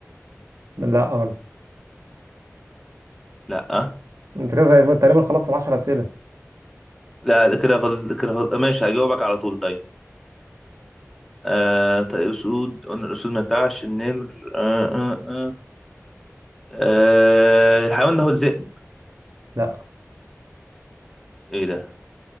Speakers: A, on the right; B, in the centre.
A: لا برضه
B: لا أه؟
A: انت كده تقريبا خلصت العشر أسئلة
B: لا لا، كده فضل كده فضل ماشي هجاوبك على طول طيب أه طيب اسود قلنا الاسود ما ينفعش النمر أه أه أه. أه الحيوان ده هو الذئب
A: لا
B: ايه ده